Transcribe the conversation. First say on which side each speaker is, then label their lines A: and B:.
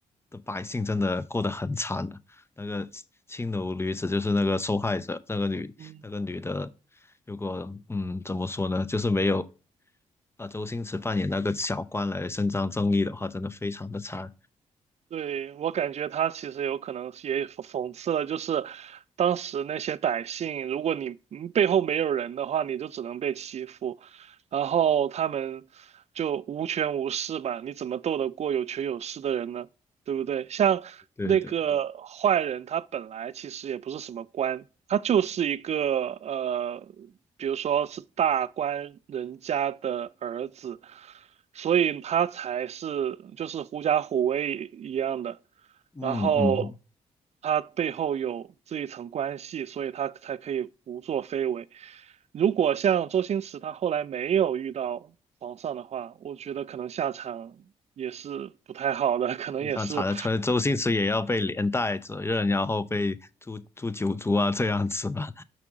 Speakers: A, on the left (about 15°); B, on the right (about 45°).
A: 的百姓真的过得很惨的、那个青楼女子就是那个受害者，那个女那个女的，
B: 嗯。
A: 如果嗯怎么说呢，就是没有把周星驰扮演那个小官来伸张正义的话，真的非常的惨。
B: 对，我感觉他其实有可能是也讽讽刺了，就是当时那些百姓，如果你嗯背后没有人的话，你就只能被欺负，然后他们就无权无势吧，你怎么斗得过有权有势的人呢？对不对？像那个坏人，
A: 对对，
B: 他本来其实也不是什么官，他就是一个呃，比如说是大官人家的儿子。所以他才是就是狐假虎威一样的，
A: 嗯嗯，
B: 然后他背后有这一层关系，所以他才可以胡作非为。如果像周星驰他后来没有遇到皇上的话，我觉得可能下场也是不太好的，可能也是，
A: 非常惨的，可能周星驰也要被连带责任，然后被诛诛九族啊这样子吧，<laughs>